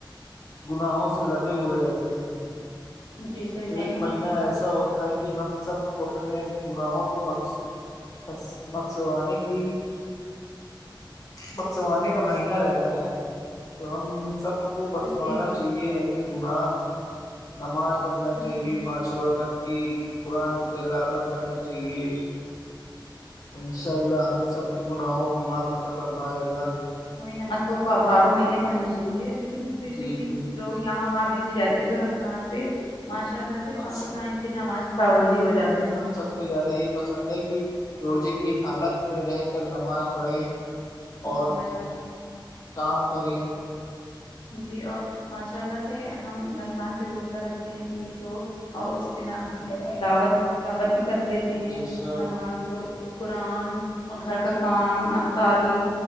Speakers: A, on the left; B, on the left.
A: گناہوں سے لدے ہوئے رہتے ہیں
B: جی صحیح فرمایا
A: ایک مہینہ
B: آپ
A: ایسا ہوتا ہے کہ ہم سب کو اپنے گناہوں کو بخش بس بکسوانے کی بکسوانے کا مہینہ رہتا ہے تو ہم سب کو
B: نے
A: بخسوانا
B: جی
A: چاہیے اپنے گناہ نماز پڑھنا چاہیے
B: جی
A: پانچ وقت کی قرآن کی تلاوت کرنا چاہیے انشاء اللہ ہم سب کے گناہوں کو مافت فرما اللہ
B: ہمیں نماز کو بارہ مہینے پڑھنی چاہیے لیکن پھر
A: جی
B: بھی
A: جی
B: لوگ ہاں وہاں بزی رہتے ہیں تو رمضان پہ ماشاء اللہ سے
A: اور
B: پانچوں ٹائم پھر نماز کی پابندی ہو جاتی ہیں اس وقت
A: س سے زیادہ یہ پسند ہے کہ روزے کی حالت میں رہ کر نماز پڑھیں اور
B: جی ماشاء اللہ
A: کام کریں
B: جی اور ماشاء اللہ سے ہم رمضان پہ روزہ رکھتے ہیں تیس رو اور اس پہ نہ ہم علاوت تلاوت بھی کر لیتے ہیں
A: بے شک
B: نماز کو ب قرآن اور گھر کا کام افطاری